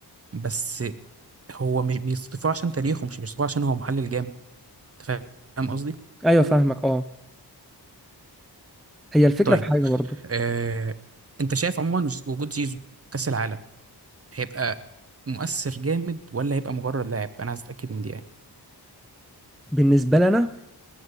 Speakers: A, on the right; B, in the centre.
A: بس هو مش بيصطفوه عشان تاريخه مش بيصطفوه عشان هو محلل جامد انت فاهم قصدي
B: ايوه فاهمك اه هي الفكره
A: طيب
B: في حاجه برضو
A: آه، انت شايف عموما وجود زيزو في كأس العالم هيبقى مؤثر جامد ولا هيبقى مجرد لاعب انا عايز اتاكد من دي يعني
B: بالنسبه لنا